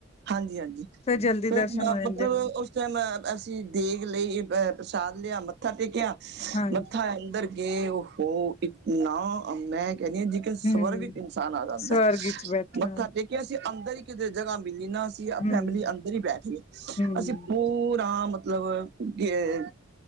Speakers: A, on the right; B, on the left.
A: ਹਾਂਜੀ ਹਾਂਜੀ।
B: ਫਿਰ ਜਲਦੀ
A: ਫ
B: ਦਰਸ਼ਨ
A: ਮਤਲਬ
B: ਹੋ ਜਾਂਦੇ ਨੇ
A: ਉਸ ਉਸ ਟਾਈਮ ਅਸੀ ਦੇਗ ਲਈ ਅ ਪ੍ਰਸ਼ਾਦ ਲਿਆ, ਮੱਥਾ ਟੇਕਿਆ।
B: ਹਾਂਜੀ
A: ਮੱਥਾ ਅੰਦਰ ਕਿ ਉਹ ਇਤਨਾ ਮੈਂ ਕਹਿੰਦੀ ਹਾਂ ਜ ਸਵਰਗ
B: ਹੂੰ
A: ਇਨਸਾਨ ਆ ਜਾਂਦਾ
B: ਸਵਰਗ
A: ਏ।
B: ਵਿੱਚ ਬੈਠਾ
A: ਮੱਥਾ ਟੇਕਿਆ ਅਸੀਂ ਅੰਦਰ ਹੀ ਕਿਤੇ ਜਗ੍ਹਾ ਮਿਲੀ ਨਾ।
B: ਹੂੰ
A: ਫੈਮਿਲੀ ਅੰਦਰ ਹੀ ਬੈਠ ਗਏ।
B: ਹੂੰ
A: ਅਸੀਂ ਪੂਰਾ ਮਤਲਬ ਗ